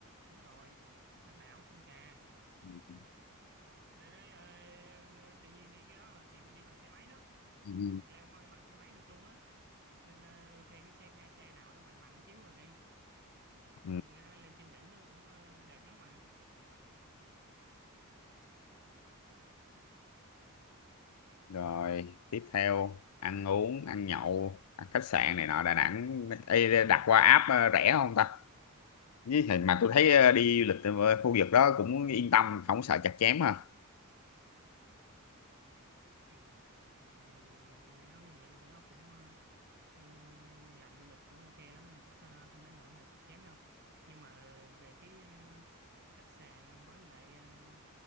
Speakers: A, on the right; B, on the left.
A: đúng rồi bán đảo Sơn Trà
B: ừ.
A: Ờ, đấy, ờ, đi đi cái đó mà thì mình đi bằng xe máy đó
B: Ừ.
A: mình leo mây bằng xe máy được luôn á nên ờ, thuê cái xe xe nào nó mạnh mạnh xíu rồi đi Ừ,
B: ừ.
A: nghe nói lên trên đỉnh nó cũng ờ, đẹp lắm mà
B: rồi tiếp theo ăn uống ăn nhậu ăn khách sạn này nọ Đà Nẵng Ê, đặt qua app ờ, rẻ không ta với thì mà tôi thấy ờ, đi du lịch ở khu vực đó cũng yên tâm không sợ chặt chém ha
A: ừ. thì ừ, nghe nói người dân ở đó cũng ờ, ờ, làm du lịch cũng ok lắm nên chắc ờ, không đến nỗi nào chắc kém đâu nhưng mà về cái ờ, khách sạn với lại ờ,